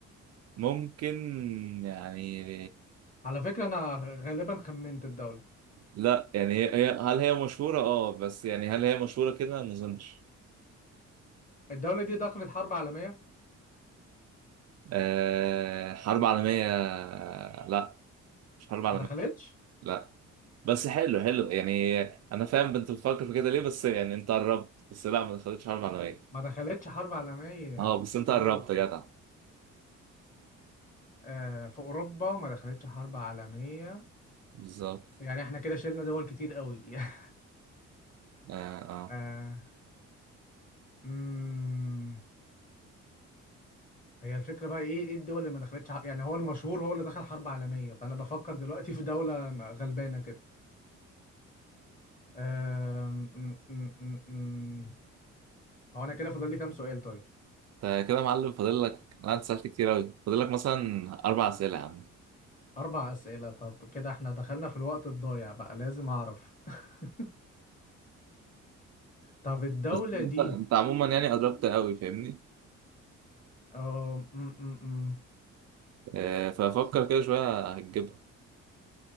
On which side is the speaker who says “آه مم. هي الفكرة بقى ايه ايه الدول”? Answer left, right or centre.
Left